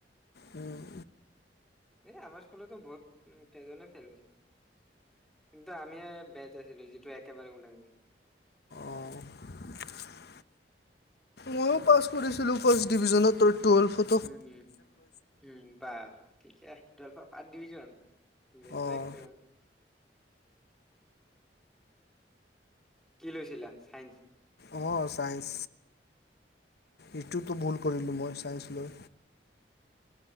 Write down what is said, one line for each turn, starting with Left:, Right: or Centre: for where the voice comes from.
Left: উম।
Centre: এই আমাৰ স্কুলতো বহুত কেইজনে ফেল হৈছে। কিন্তু আমি যিটো ওলাই <unintelligible>
Left: অ'। ময়ো পাছ কৰিছিলোঁ ফাৰ্ষ্ট ডিভিজনত টু- টুৱেল্ভত।
Centre: উম, উম বা ঠিকে। টুৱেলফা ফাষ্ট ডিভিজন, বেলেগ
Left: অঁ
Centre: দে আ কি লৈছিলা চাইন্স?
Left: অ', চাইন্স। এইটোতো ভুল কৰিলোঁ মই ছাইন্স লৈ।